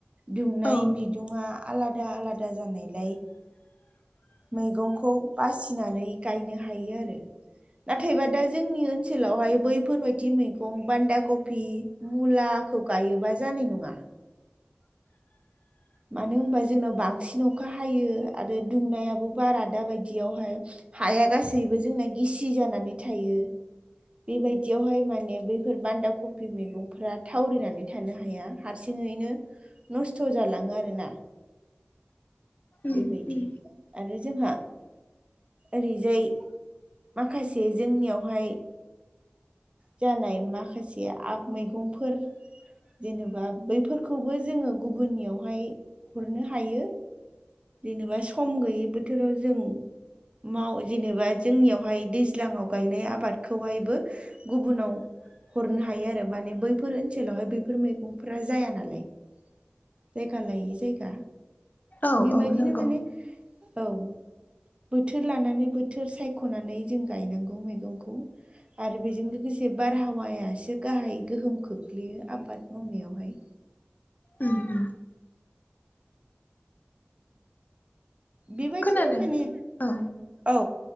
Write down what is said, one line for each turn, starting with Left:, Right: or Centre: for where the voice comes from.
Right: दुमनाय
Left: औ
Right: बिदुङा आलादा आलादा जानायलाय मैगंखौ बासिनानै गायनो हायो आरो नाथायबा दा जोंनि ओनसोलावहाय बैफोरबायदि मैगं बान्दा कफि मुलाखौ गायोबा जानाय नङा मानो होनबा जोंनाव बांसिन अखा हायो आरो दुंनायाबो बारा दााबायदियावहाय हाया गासैबो जोंना गिसि जानानै थायो बेबायदियावहाय माने बैफोर बान्दा कफि मैगंफ्रा थावरिनानै थानो हाया हारसिङैनो नस्थ' जालाङो आरो ना
Left: उम
Right: बेबायदि
Left: उम
Right: आरो जोंहा ओरैजाय माखासे जोंनियावहाय जानाय माखासे आब मैगंफोर जेनेबा बैफोरखौबो जोङो गुबुननियावहाय हरनो हायो जेनेबा सम गैयि बोथोराव जों माव जेनेबा जोंनियावहाय दैज्लाङाव गायनाय आबादखौहायबो गुबुनाव हरनो हायो आरो माने बैफोर ओनसोलावहाय बैफोर मैगंफोरा जाया नालाय जायगा लायै जायगा
Left: औ
Right: बेबायदिनो
Left: औ नंगौ
Right: माने औ बोथोर लानानै बोथोर सायख'नानै जों गायनांगौ मैगंखौ आरो बेजों लोगोसे बारहावाया एसे गाहाय गोहोम खोख्लैयो आबाद मावनायावहाय
Left: उम उम
Right: बेबायदिनो
Left: खोनादों
Right: माने
Left: औ
Right: औ